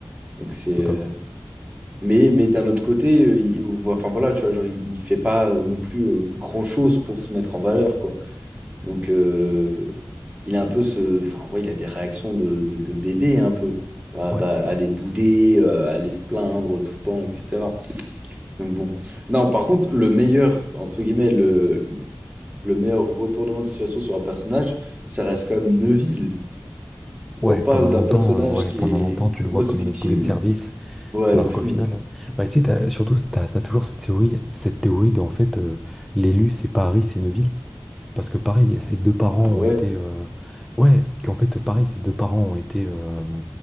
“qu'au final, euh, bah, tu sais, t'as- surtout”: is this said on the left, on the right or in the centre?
Centre